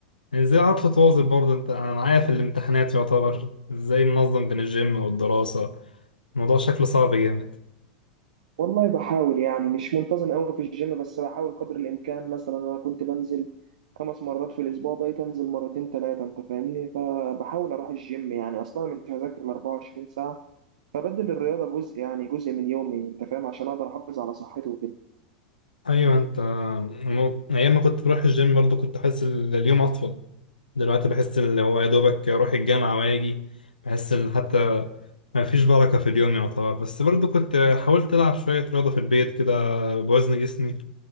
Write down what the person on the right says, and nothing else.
والله بحاول يعني مش منتظم قوي في الجيم بس بحاول قدر الامكان مثلا انا كنت بنزل خمس مرات في الاسبوع بقيت انزل مرتين ثلاثه انت فاهمني فبحاول اروح الجيم يعني اصلا أنا مش هذاكر ال 24 ساعه فبدل الرياضه جزء يعني جزء من يومي انت فاهم عشان اقدر احافظ على صحتي وكده